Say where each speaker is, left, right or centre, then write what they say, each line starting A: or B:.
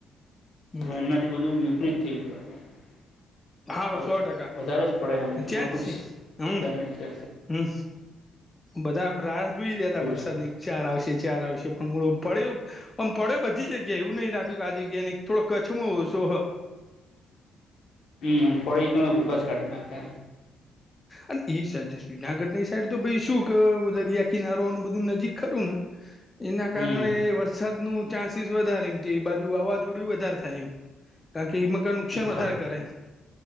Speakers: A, on the left; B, on the left.
A: હમ.
B: એમનાથી બધું વિપરીત થઈ ગયું આપણું
A: હા સો ટકા
B: હ વધારે જ પડે હમછ
A: ત્યાં જ છે હમ
B: પેમેન્ટ છે
A: હમ બધા આમ રાહ જોઈ રહ્યા તા વરસાદની
B: છે
A: ચાર આવશે ચાર આવશે પણ મળ પડ્યો આમ પડ્યો બધી જગ્યા એવું નહીં રાખ ખ્યું કે આ જગ્યા ની થોડા કચ્છમાં ઓછું હ
B: હ થોડી ઘન ભૂખ જ ઘટના છે
A: અને ઈ સાઈડ શ્રીનાગઢ ની સાઈડ તો ભાઈ શું દરિયા કિનારો બધું નજીક ખરું ને એના કારણે
B: હમ
A: વરસાદ ન ચાન્સ વધ એમ બાજુ વાવાઝોડું વધારે થાય એમ કારણ કે મકર શન
B: ખર
A: વધારે કરે